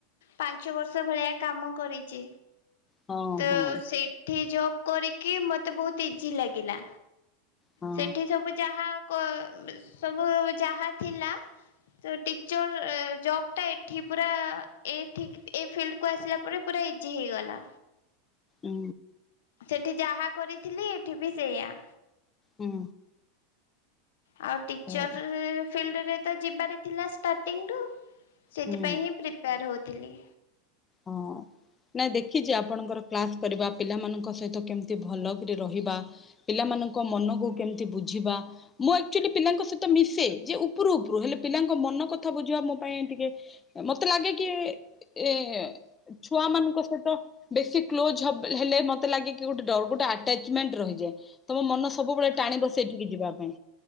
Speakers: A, on the left (about 75°); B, on the left (about 20°).
A: ପାଞ୍ଚ ବର୍ଷ ଭଳିଆ କାମ କରିଚି।
B: ହଁ
A: ତ
B: ହଁ
A: ସେଇଠି ଯୋଉ କରିକି ମତେ ବୋହୁତ ଇଜି ଲାଗିଲା।
B: ହଁ
A: ସେଠି ସବୁ ଯାହା କ ସବୁ ଯାହା ଥିଲା ତ ଟିଚର ଜବ୍ ଟା ଏଠି ପୁରା ଏଠିକି ଫିଲ୍ଡକୁ ଆସିଲା ପରେ ପୁରା ଇଜି ହେଇଗଲା।
B: ଓ।
A: ସେଠି ଯାହା କରିଥିଲି ଏଠି ବି ସେଇଆ।
B: ହୁଁ।
A: ଆଉ ଟିଚରରେ।
B: ହଁ
A: ଫିଲ୍ଡରେ ତ ଯିବାର ଥିଲା ଷ୍ଟାର୍ଟିଂରୁ। ସେଥିପାଇଁ
B: ହୁଁ।
A: ହିଁ ପ୍ରିପେୟାର ହଉଛି। ଲି।
B: ହଁ ନାଇଁ ଦେଖିଛି ଆପଣଙ୍କର କ୍ଲାସ କରିବା ପିଲାମାନଙ୍କ ସହିତ କେମିତି ଭଲକି ରହିବା ପିଲାମାନଙ୍କ ମନକୁ କେମତି ବୁଝିବା ମୁଁ ଆଚୁଆଲି ପିଲାଙ୍କ ସହିତ ମିଶେ ଯେ ଉପରୁ ଉପରୁ ହେଲେ ପିଲାଙ୍କ ମନ କଥା ବୁଝିବା ମୋ ପାଇଁ ଟିକେ ମତେ ଲାଗେ କି ଏ। ଛୁଆ ମାନଙ୍କ ସହିତ ବେଶୀ କ୍ଲୋଜ ହେଲେ ମତେ ଲାଗେ କି ଗୋଟେଡ ଗୋଟେ ଆଟାଚମେଣ୍ଟ ରହିଯାଏ। ତମ ମନ ସବୁବେଳେ
A: ହୁଁ
B: ଟାଣିବ ସେଇଠିକି ଯିବା ପାଇଁ